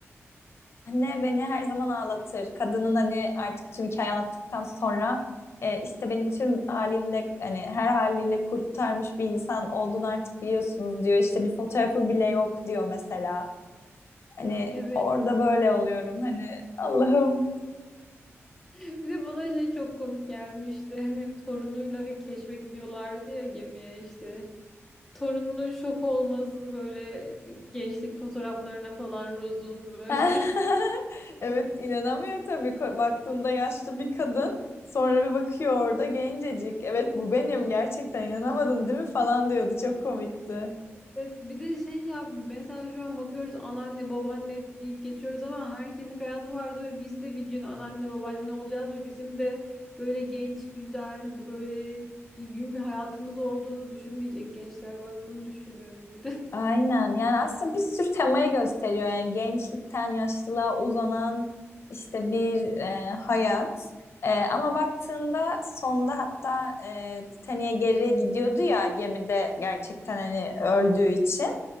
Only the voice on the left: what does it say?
Anne beni her zaman ağlatır. Kadının hani artık tüm hikaye anlattıktan sonra e, işte beni tüm halimle hani her haliyle kurtarmış bir insan olduğunu artık biliyorsunuz diyor. İşte bir fotoğrafı bile yok diyor mesela. Hani
orada böyle oluyorum hani Allah'ım.
<laughs> Evet
inanamıyor tabii Ko- baktığında yaşlı bir kadın sonra bir bakıyor orada gencecik. Evet bu benim gerçekten inanamadın değil mi falan diyordu çok komikti.
Aynen yani aslında bir sürü temayı gösteriyor yani gençlikten yaşlılığa uzanan işte bir e, hayat E, ama baktığında sonda hatta e, Titanic'e geri gidiyordu ya gemide gerçekten hani öldüğü için